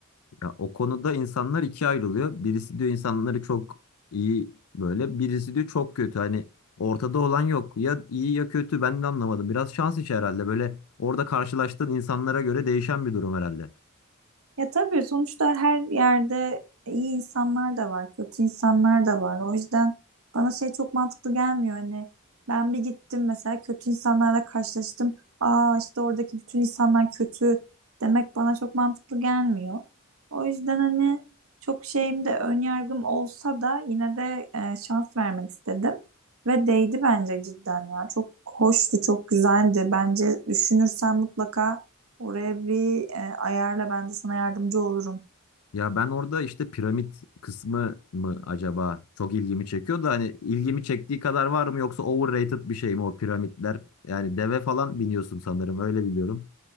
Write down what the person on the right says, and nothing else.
Ya tabii sonuçta her yerde iyi insanlar da var, kötü insanlar da var. O yüzden bana şey çok mantıklı gelmiyor. Hani ben bir gittim mesela kötü insanlarla karşılaştım. Aa işte oradaki bütün insanlar kötü demek bana çok mantıklı gelmiyor. O yüzden hani çok şeyim de ön yargım olsa da yine de e, şans vermek istedim. Ve değdi bence cidden ya. Çok hoştu, çok güzeldi. Bence düşünürsen mutlaka Oraya bir e, ayarla ben de sana yardımcı olurum.